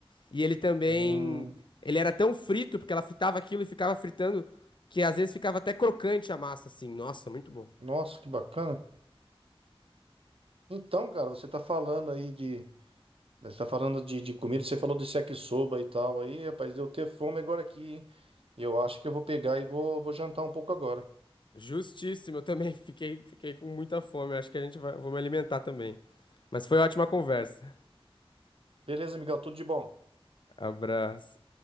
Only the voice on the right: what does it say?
Hum,
nossa, que bacana. Então, cara, você tá falando aí de. Você tá falando de, de comida, você falou desse yakisoba e tal. Aí, rapaz, deu ter fome agora aqui, hein? Eu acho que eu vou pegar e vou, vou jantar um pouco agora.
Beleza, Miguel, tudo de bom.